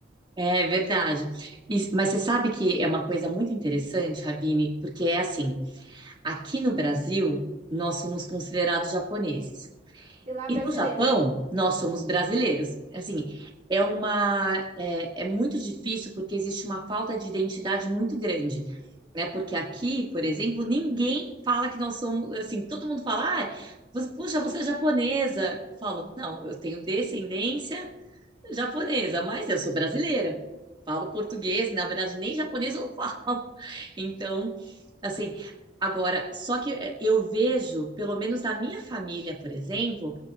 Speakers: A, on the right (about 25°); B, on the right (about 45°).
A: É verdade. Isso- mas você sabe que é uma coisa muito interessante, Ravine, porque é assim, aqui no Brasil, nós somos considerados japoneses.
B: E lá,
A: E
B: brasileiros.
A: no Japão, nós somos brasileiros. Assim, é uma, é, é muito difícil porque existe uma falta de identidade muito grande, né? Porque aqui, por exemplo, ninguém fala que nós somos, assim, todo mundo fala, ah, você- puxa, você é japonesa. Eu falo, não, eu tenho descendência japonesa, mas eu sou brasileira. Falo português, na verdade, nem japonês eu falo. <laughs> Então, assim, agora, só que eh, eu vejo, pelo menos na minha família, por exemplo,